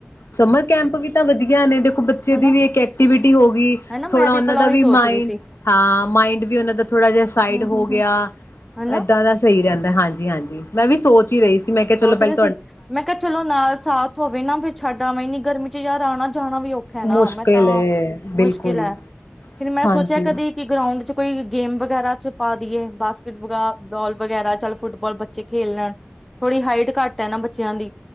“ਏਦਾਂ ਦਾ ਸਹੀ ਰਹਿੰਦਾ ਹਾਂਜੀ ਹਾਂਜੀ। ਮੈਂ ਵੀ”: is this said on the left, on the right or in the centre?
Left